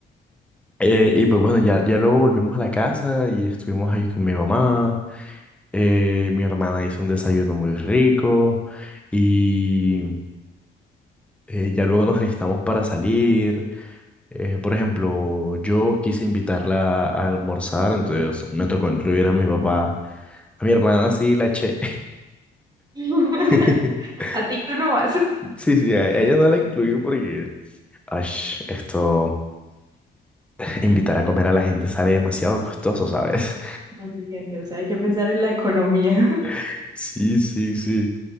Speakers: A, in the centre; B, on the right (about 20°).
A: Eh, y pues bueno, ya, ya luego volvimos a la casa y estuvimos ahí con mi mamá. eh, mi hermana hizo un desayuno muy rico y eh, ya luego nos alistamos para salir. Eh, por ejemplo, yo quise invitarla a almorzar, entonces me tocó incluir a mi papá. A mi hermana sí la eché.
B: <laughs>
A: <laughs>
B: A ti tú no vas. <laughs>
A: Sí, sí, a ella no la incluí porque, ash, esto, <laughs> invitar a comer a la gente sale demasiado costoso, ¿sabes?
B: No sé, gente, o sea, hay que pensar en la economía. <laughs>
A: <laughs> Sí, sí, sí.